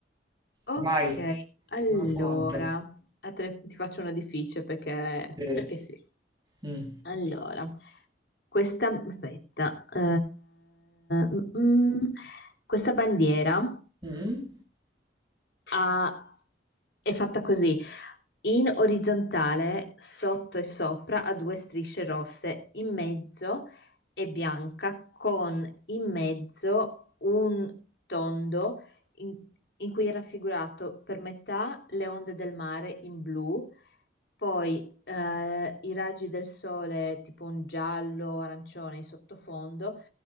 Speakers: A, on the left (about 65°); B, on the right (about 25°).
A: Ok,
B: vai,
A: allora,
B: sono pronto.
A: a te- ti faccio una difficile perché,
B: Sì.
A: perché sì.
B: Mm.
A: Allora, questa, aspetta, eh, mm, mm, questa bandiera
B: Mm.
A: ha È fatta così, in orizzontale, sotto e sopra, ha due strisce rosse, in mezzo è bianca con in mezzo un tondo in, in cui è raffigurato per metà le onde del mare in blu, poi eh, i raggi del sole tipo un giallo, arancione in sottofondo,